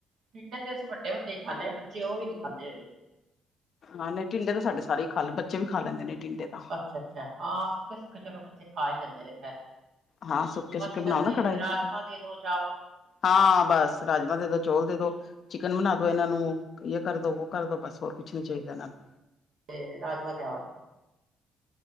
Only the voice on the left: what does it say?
ਹਾਂ ਨਈ ਟਿੰਡੇ ਤਾਂ ਸਾਡੇ ਸਾਰੇ ਹੀ ਖਾ ਲੈਂਦੇ, ਬੱਚੇ ਵੀ ਖਾ ਲੈਂਦੇ ਨੇ ਟਿੰਡੇ ਤਾਂ।
ਹਾਂ ਸੁੱਕੇ ਸੁੱਕੇ
ਬਣਾਓ ਨਾ
ਕੜਾਹੀ
ਚ।
ਹਾਂ ਬਸ ਰਾਜਮਾਂ ਦੇਦੋ ਚੋਲ ਦੇਦੋ ਚਿਕਨ ਬਣਾ ਦੋ ਏਨਾਂ ਨੂੰ। ਯੇ ਕਰ ਦੋ ਵੋ ਕਰ ਦੋ ਬਸ ਹੋਰ ਕੁਛ ਨੀ ਚਾਇਦਾ ਏਨਾਂ ਨੂੰ।